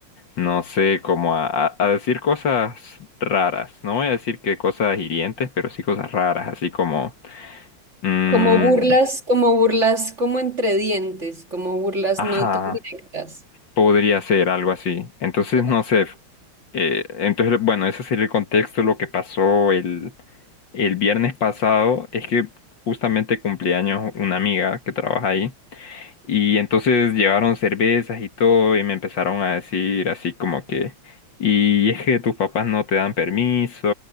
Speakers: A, on the left; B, on the right.
A: no sé, como a, a a decir cosas raras, no voy a decir que cosas hirientes, pero sí cosas raras, así como, Sí. mm,
B: Como burlas, como burlas, como entre dientes, como burlas
A: ajá,
B: no tan directas.
A: podría ser algo así, entonces
B: Ya,
A: no sé. Eh, entonces, bueno, ese sería el contexto. Lo que pasó el, el viernes pasado es que justamente cumpleaños una amiga que trabaja ahí. Y entonces llevaron cervezas y todo y me empezaron a decir así como que, y es que tus papás no te dan permiso,